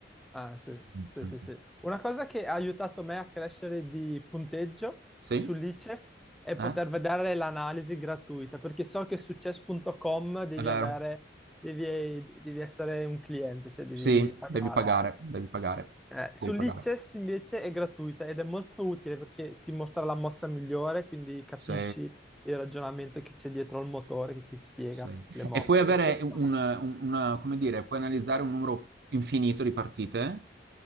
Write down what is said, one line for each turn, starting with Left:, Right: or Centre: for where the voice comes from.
Centre: Ah, sì,
Right: Mm,
Centre: sì,
Right: mm,
Centre: sì,
Right: mm.
Centre: sì. Una cosa che ha aiutato me a crescere di punteggio
Right: Sì?
Centre: su Lichess è
Right: Eh?
Centre: poter vedere l'analisi gratuita, perché so che su chess.com devi
Right: È vero.
Centre: avere, devi, devi essere un cliente, cioè devi
Right: Sì,
Centre: pagare.
Right: devi pagare, devi pagare,
Centre: Eh, su
Right: devi
Centre: Lichess
Right: pagare.
Centre: invece è gratuita ed è molto utile perché ti mostra la mossa migliore, quindi capisci
Right: Sì,
Centre: il ragionamento che c'è dietro al motore che ti spiega
Right: sì.
Centre: le mosse.
Right: E puoi avere
Centre: E questo...
Right: un, un- una- come dire, puoi analizzare un numero infinito di partite,